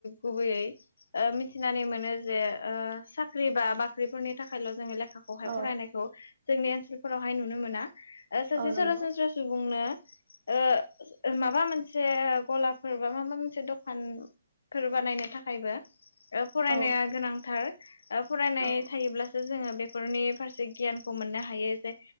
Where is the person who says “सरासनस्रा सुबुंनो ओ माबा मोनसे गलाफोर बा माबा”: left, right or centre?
Left